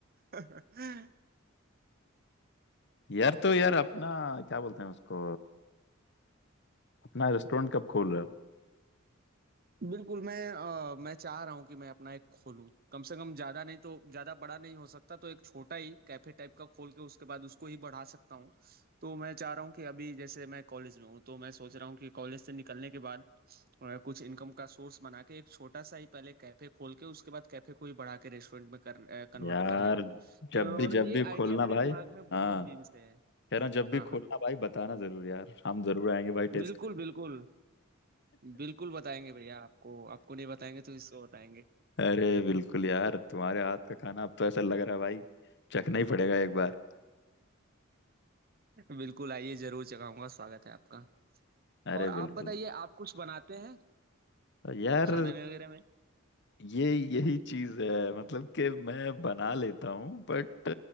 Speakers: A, on the right; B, on the left.
A: <laughs>
B: यार तो यार अपना क्या बोलते हैं उसको अपना रेस्टोरेंट कब खोल रहे हो
A: बिल्कुल मैं अ, मैं चाह रहा हूँ कि मैं अपना एक खोलूँ कम से कम ज्यादा नहीं तो ज्यादा बड़ा नहीं हो सकता तो एक छोटा ही कैफे टाइप का खोल के उसके बाद उसको ही बढ़ा सकता हूँ तो मैं चाह रहा हूँ कि अभी जैसे मैं कॉलेज में हूँ तो मैं सोच रहा हूँ कि कॉलेज से निकलने के बाद अ, कुछ इनकम का सोर्स बना के एक छोटा सा ही पहले कैफे खोल के उसके बाद कैफे को ही बढ़ा के रेस्टोरेंट में कर, कन्वर्ट
B: यार
A: करने को
B: जब भी
A: और
B: जब
A: ये
B: भी
A: आइडिया
B: खोलना
A: मेरे
B: भाई
A: दिमाग में बहुत
B: हाँ
A: दिन से है
B: कह रहा हूँ जब भी
A: हाँ
B: खोलना
A: हाँ
B: भाई बताना जरूर यार हम जरूर आएंगे भाई टेस्ट
A: बिल्कुल बिल्कुल बिल्कुल बताएंगे भैया आपको आपको नहीं बताएंगे तो इसको बताएंगे
B: अरे बिल्कुल यार तुम्हारे हाथ का खाना अब तो ऐसा लग रहा है भाई चखना ही पड़ेगा एक बार
A: बिल्कुल आइए जरूर चखाऊंगा स्वागत है आपका
B: अरे
A: और आप
B: बिल्कुल
A: बताइए आप कुछ बनाते हैं
B: यार
A: खाना में वगैरह में
B: ये यही चीज है मतलब कि मैं बना लेता हूँ बट